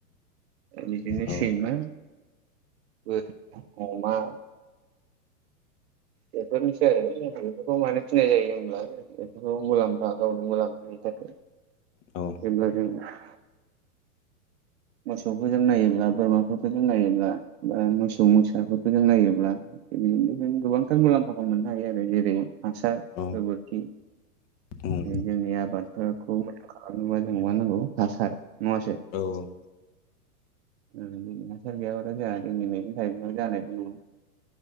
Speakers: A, on the right (about 45°); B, on the left (about 30°).
A: बिदिनो
B: औ
A: सैमा बोर अमा बेफोरनोसै आरो बेफोरखौ मानो फिनाय जायो होनोब्ला <unintelligible> गावनि मुलाम्फानि थाखाय
B: औ
A: <unintelligible> मोसौखौ जों नायोब्ला बोरमाफोरखौ जों नायोब्ला बा मोसौ मोसाफोरखौ जों नायोब्ला बिदिनो जों गोबांथार मुलाम्फाखौ मोननो हायो आरो जेरै हासार गोबोरखि
B: औ उम
A: जोंनिया आबादफोरखौ मोजां खालामनोबा जों मा नांगौ हासार नङासै?
B: औ
A: जोंनि हासार गैयाबाथाय जाया जोंनि मैगं थाइगं जानायखौ नु